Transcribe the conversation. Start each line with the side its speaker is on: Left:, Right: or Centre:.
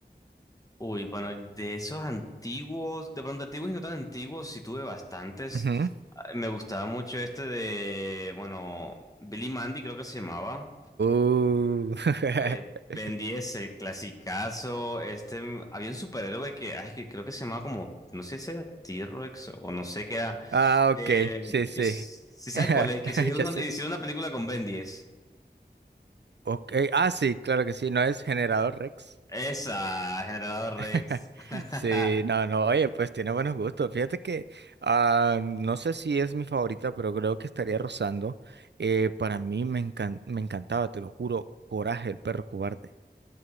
Left: Uy, bueno, de esos antiguos, de pronto antiguos y no tan antiguos, sí tuve bastantes.
Right: Ujú.
Left: Ah, Me gustaba mucho este de, bueno, Billy Mandy creo que se llamaba.
Right: Uh,
Left: Eh,
Right: <laughs>
Left: Ben 10, el clasicazo. Este, mm, había un superhéroe que, ay, que creo que se llamaba como, no sé si era T-Rex o no sé qué era.
Right: Ah,
Left: Eh,
Right: ok, sí, sí.
Left: es- ¿sí sabes
Right: <laughs>
Left: cuál es? Que si hicieron
Right: Ya
Left: una,
Right: sé.
Left: hicieron una película con Ben 10.
Right: Okay. Ah, sí, claro que sí, no es generador Rex.
Left: Esa, Generador
Right: <laughs>
Left: Rex. <laughs>
Right: Sí, no, no, oye, pues tiene buenos gustos. Fíjate que ah, no sé si es mi favorita, pero creo que estaría rozando. Eh, para mí me encan- me encantaba, te lo juro, Coraje, el perro cobarde.